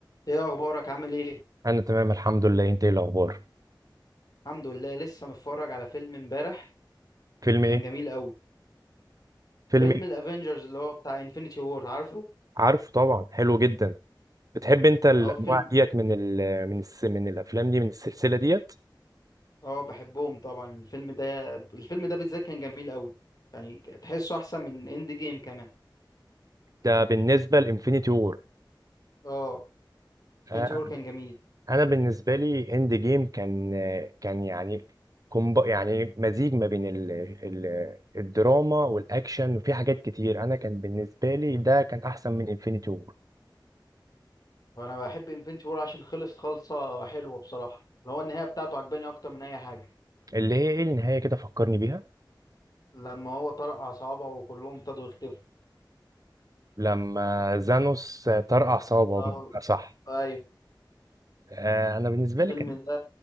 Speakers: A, on the left (about 50°); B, on the right (about 45°).
A: ايه اخبارك عامل ايه
B: انا تمام الحمد لله انت ايه الاخبار
A: الحمد لله لسه متفرج على فيلم امبارح
B: فيلم ايه
A: كان جميل قوي
B: فيلم
A: فيلم
B: ايه
A: الافينجرز اللي هو بتاع انفينيتي وور عارفه
B: عارفه طبعا حلو جدا بتحب انت الانواع
A: اه فيلم
B: ديت من ال من الس من الافلام دي من السلسله ديت
A: اه بحبهم طبعا الفيلم ده الفيلم ده بالذات كان جميل قوي يعني تحسه احسن من اند جيم كمان
B: ده بالنسبه لانفينيتي وور
A: اه انفينيتي
B: آه،
A: وور كان جميل
B: انا بالنسبه لي اند جيم كان آه، كان يعني كومب يعني مزيج ما بين ال ال الدراما والاكشن وفي حاجات كتير انا كان بالنسبه لي ده كان احسن من انفينيتي وور
A: وانا بحب انفينيتي وور عشان خلص خالصه حلوه بصراحه اللي هو النهايه بتاعته عجباني اكتر من اي حاجه
B: اللي هي ايه النهايه كده فكرني بيها
A: لما هو طرق على صوابعه وكلهم ابتدوا يختفوا
B: لما زانوس طرقع صوابعه
A: اه
B: صح
A: ايوه
B: آه، انا بالنسبه
A: الفيلم
B: لي كان
A: ده